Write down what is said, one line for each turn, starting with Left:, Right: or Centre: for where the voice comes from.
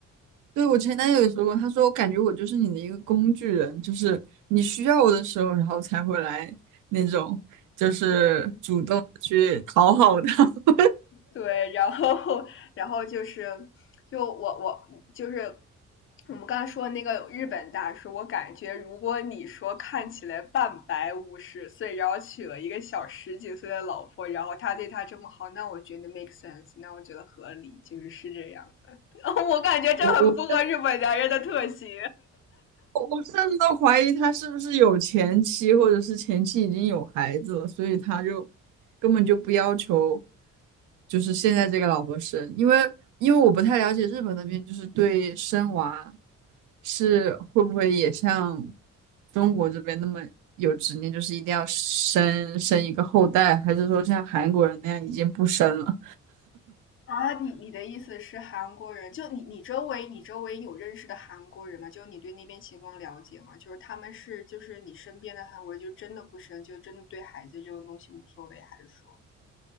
Right: 对，我前男友也说过，他说我感觉我就是你的一个工具人，就是你需要我的时候，然后才会来那种，就是主动地去讨好他。
Left: 对。
Right: <laughs>
Left: 对，然后然后就是就我我就是。我们刚才说那个日本大叔，我感觉如果你说看起来半百五十岁，然后娶了一个小十几岁的老婆，然后他对他这么好，那我觉得 make sense，那我觉得合理，就是是这样。<laughs> 我感觉这很符合日本男人的特性。
Right: 我我我我甚至都怀疑他是不是有前妻，或者是前妻已经有孩子了，所以他就根本就不要求，就是现在这个老婆生，因为因为我不太了解日本那边就是对生娃是会不会也像中国这边那么有执念，就是一定要生生一个后代，还是说像韩国人那样已经不生了？
Left: 啊，你你的意思是韩国人？就你你周围你周围有认识的韩国人吗？就是你对那边情况了解吗？就是他们是就是你身边的韩国人，就真的不生，就真的对孩子这种东西无所谓，还是说？